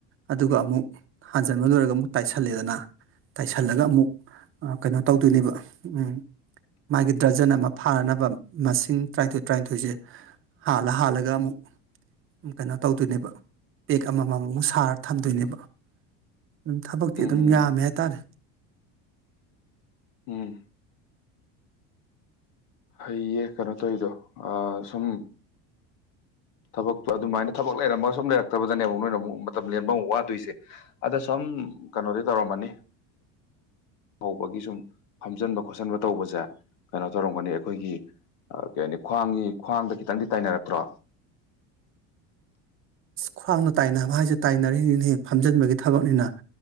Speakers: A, on the right; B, on the left.
A: ꯑꯗꯨꯒ ꯑꯃꯨꯛ ꯍꯟꯖꯟꯕ ꯂꯣꯏꯔꯒ ꯑꯃꯨꯛ ꯇꯥꯏꯁꯜꯂꯦꯗꯅ ꯇꯥꯏꯁꯜꯂꯒ ꯑꯃꯨꯛ ꯑꯥ ꯀꯩꯅꯣ ꯇꯧꯗꯣꯏꯅꯦꯕ ꯎꯝ ꯃꯥꯒꯤ ꯗ꯭ꯔꯖꯟ ꯑꯃ ꯐꯥꯅꯅꯕ ꯃꯁꯤꯡ ꯇꯔꯥꯅꯤꯊꯣꯏ ꯇꯔꯥꯅꯤꯊꯣꯏꯁꯦ ꯍꯥꯜꯂ ꯍꯥꯜꯂꯒ ꯑꯃꯨꯛ ꯀꯩꯅꯣ ꯇꯧꯗꯣꯏꯅꯦꯕ ꯄꯦꯛ ꯑꯃꯃꯝ ꯃꯨꯛ ꯁꯥꯔ ꯊꯝꯗꯣꯏꯅꯦꯕ ꯑꯗꯨꯝ ꯊꯕꯛꯇꯤ
B: ꯎꯝ
A: ꯑꯗꯨꯝ ꯌꯥꯝꯃꯦ ꯍꯥꯏꯇꯥꯔꯦ
B: ꯎꯝ ꯐꯩꯌꯦ ꯀꯩꯅꯣ ꯇꯧꯔꯤꯗꯣ ꯑꯥ ꯁꯨꯝ ꯊꯕꯛꯇꯣ ꯑꯗꯨꯃꯥꯏꯅ ꯊꯕꯛ ꯂꯩꯔꯝꯃꯒ ꯁꯨꯝ ꯂꯩꯔꯛꯇꯕꯗꯅꯦꯕ ꯅꯣꯏꯅ ꯑꯃꯨꯛ ꯃꯇꯝ ꯂꯦꯟꯕ ꯑꯃꯨꯛ ꯋꯥꯗꯣꯏꯁꯦ ꯑꯗꫭ ꯁꯨꯝ ꯀꯩꯅꯣꯗꯤ ꯇꯧꯔꯝꯃꯅꯤ ꯍꯧꯕꯒꯤ ꯁꯨꯝ ꯐꯝꯖꯤꯟꯕ ꯈꯣꯠꯆꯟꯕ ꯇꯧꯕꯁꯦ ꯀꯩꯅꯣ ꯇꯧꯔꯝꯒꯅꯤ ꯑꯩꯈꯣꯏꯒꯤ ꯀꯩ ꯍꯥꯏꯅꯤ ꯈ꯭ꯋꯥꯡꯒꯤ ꯈ꯭ꯋꯥꯡꯗ ꯈꯤꯇꯪꯗꯤ ꯇꯥꯏꯅꯔꯛꯇ꯭ꯔꯣ
A: ꯈ꯭ꯋꯥꯡꯗ ꯇꯥꯏꯅꯕ ꯍꯥꯏꯁꯦ ꯇꯥꯏꯅꯔꯤꯅꯤꯅꯤ ꯐꯝꯖꯤꯟꯕꯒꯤ ꯊꯕꯛꯅꯤꯅ